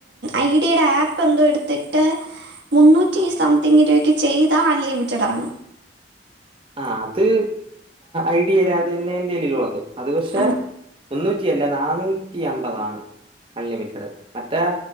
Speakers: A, on the right (about 80°); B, on the right (about 30°).
A: ഐഡിയുടെ ആപ്പ് എന്തോ എടുത്തിട്ട് മുന്നൂറ്റി
B: ആഹ്
A: സംതിങ് രൂപയ്ക്ക് ചെയ്താ അൺലിമിറ്റഡ് ആണ്
B: ആ അത് ഐഡിയരാ അത് തന്നെ എന്റെയ്യിലുള്ളത് അത് പക്ഷെ
A: ആ
B: മുന്നൂറ്റി അല്ല നാന്നൂറ്റി അമ്പതാണ്. അൺലിമിറ്റഡ് മറ്റേ.